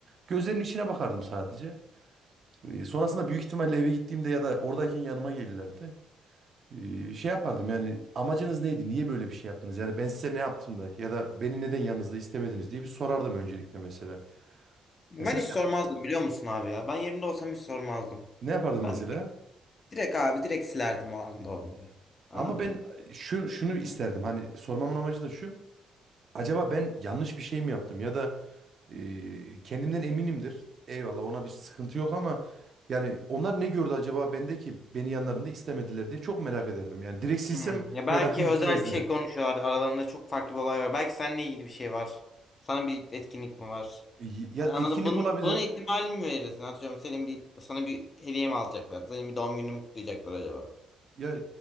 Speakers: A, on the right; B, on the left.
A: Gözlerinin içine bakardım sadece. Ee, Sonrasında büyük ihtimalle eve gittiğimde ya da oradayken yanıma gelirlerdi. Ee, Şey yapardım yani amacınız neydi? Niye böyle bir şey yaptınız? Yani ben size ne yaptım da ya da beni neden yanınızda istemediniz diye bir sorardım öncelikle mesela.
B: Ben
A: Ya sen
B: hiç sormazdım
A: ne yap-
B: biliyor musun abi ya? Ben yerinde olsam hiç sormazdım.
A: ne yapardın
B: Ben
A: mesela?
B: direkt direkt abi direkt silerdim o anda onları. Anladın
A: Ama ben
B: mı?
A: e, şu, şunu isterdim hani sormamın amacı da şu. Acaba ben yanlış bir şey mi yaptım ya da e, kendimden eminimdir. Eyvallah ona bir sıkıntı yok ama yani onlar ne gördü acaba bende ki beni yanlarında istemediler diye çok merak ederdim. Yani direkt silsem
B: Hmm. Ya belki
A: merakım gitmezdi.
B: özel bir şey konuşuyorlar.
A: <laughs>
B: Aralarında çok farklı bir olay var. Belki seninle ilgili bir şey var. Sana bir etkinlik mi var?
A: Y- Ya
B: Hani anladım.
A: etkinlik
B: Bunun,
A: olabilir
B: bunun ihtimalini mi verirsin? Atıyorum senin bir sana bir hediye mi alacaklar? Senin bir doğum gününü mü kutlayacaklar acaba?
A: ya